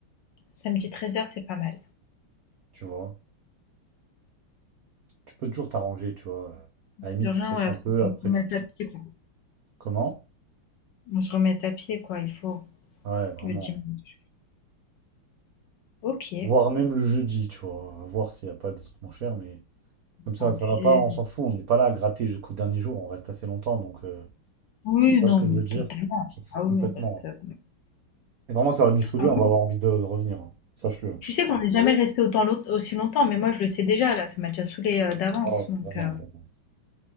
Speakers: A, on the left; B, on the right.
A: Samedi treize heures c'est pas mal.
B: Tu vois? Tu peux toujours t'arranger, tu vois. À la limite,
A: De rien,
B: tu sèches
A: ouais,
B: un peu,
A: faut qu'on
B: après
A: se remette
B: tu... te-
A: à pied, quoi.
B: Comment?
A: On se remette à pied, quoi, il faut,
B: Ouais, vraiment.
A: le dimanche. OK.
B: Voire même le jeudi, tu vois. À voir s'il n'y a pas des trucs moins chers, mais comme ça,
A: Ah
B: ça
A: puis
B: va pas, on s'en fout. On n'est pas là à gratter jusqu'au dernier jour, on reste assez longtemps, donc euh, tu
A: oui,
B: vois
A: non,
B: ce que je
A: mais
B: veux dire?
A: totalement.
B: On s'en fout
A: Ah
B: complètement.
A: oui, on reste,
B: hein.
A: heu,
B: Et vraiment, ça va nous saouler,
A: ah
B: on
A: oui,
B: va avoir envie de, de revenir. hein. Sache-le. hein.
A: tu sais qu'on n'est jamais resté autant long aussi longtemps, mais moi, je le sais déjà, là, ça m'a déjà saoulé euh, d'avance,
B: Ah Ouais,
A: donc
B: vraiment,
A: heu,
B: vraiment.